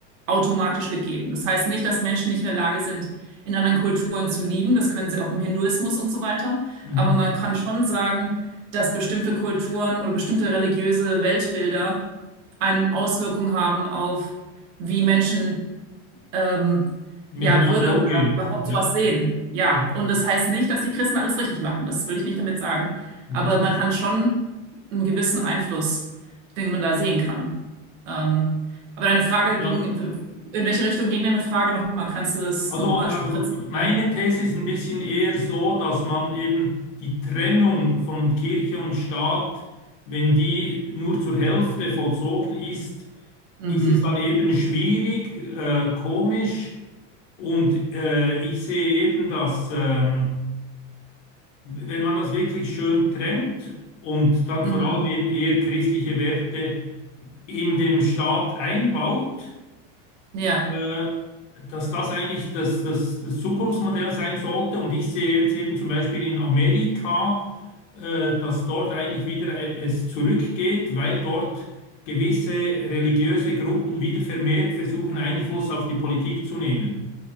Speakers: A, on the right; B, on the left.
A: automatisch gegeben. Das heißt nicht, dass Menschen nicht in der Lage sind, in anderen Kulturen zu lieben. Das können sie auch im Hinduismus und so weiter.
B: Mhm.
A: Aber man kann schon sagen, dass bestimmte Kulturen oder bestimmte religiöse Weltbilder eine Auswirkung haben auf, wie Menschen ähm,
B: Miteinander
A: ja, Würde
B: umgehen.
A: oder überhaupt
B: Ja,
A: sowas sehen. Ja,
B: ja.
A: und das heißt nicht, dass die Christen alles richtig machen. Das will ich nicht damit sagen.
B: Mhm.
A: Aber man hat schon einen gewissen Einfluss, den man da sehen kann. Ähm, aber deine Frage
B: Ja.
A: ging, in welche Richtung ging deine Frage nochmal? Kannst du das
B: Also,
A: nochmal
B: oder, also
A: präzisieren?
B: meine These ist ein bisschen eher so, dass man eben die Trennung von Kirche und Staat, wenn die nur zur Hälfte vollzogen ist,
A: Mhm.
B: ist es dann eben schwierig, äh, komisch. Und äh, ich sehe eben, dass ähm, wenn man das wirklich schön trennt und dann
A: Mhm.
B: vor allem eben eher christliche Werte in den Staat einbaut,
A: Ja,
B: äh, dass das eigentlich das, das, das Zukunftsmodell sein sollte. Und ich sehe jetzt eben zum Beispiel in Amerika, äh, dass dort eigentlich wieder äh, es zurückgeht, weil dort gewisse religiöse Gruppen wieder vermehrt versuchen, Einfluss auf die Politik zu nehmen.